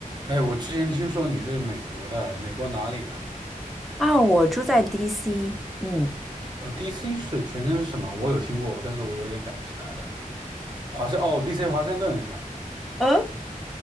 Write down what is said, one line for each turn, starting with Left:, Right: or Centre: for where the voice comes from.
Right: 哎，我之前听说你是美国的，美国哪里啊？
Centre: 啊，我住在 DC，嗯，
Right: 呃，DC 是全称是什么？我有听过，但是我有点想不起来了。华盛，哦，DC 华盛顿是吧？
Centre: 嗯，